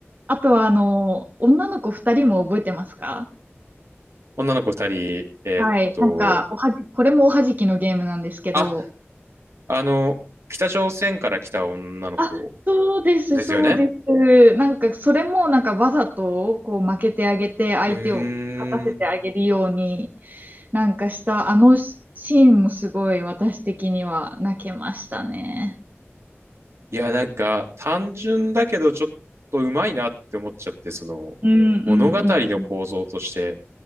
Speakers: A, on the right; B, on the right.
A: あとは、あの、女の子二人も覚えてますか
B: 女の子二人、えーっと、
A: はい。なんか、おはじ、これもおはじきのゲームなんですけど、
B: あ、あの、北朝鮮から来た女の子
A: あ、そうです、
B: ですよね。
A: そうです。なんか、それもなんかわざと、こう、負けてあげて、相手を勝たせてあげるように、
B: うーん。
A: なんかした、あのシーンもすごい私的には泣けましたね。
B: いや、なんか単純だけどちょっとうまいなって思っちゃって、その物語の構造として、
A: うんうんうん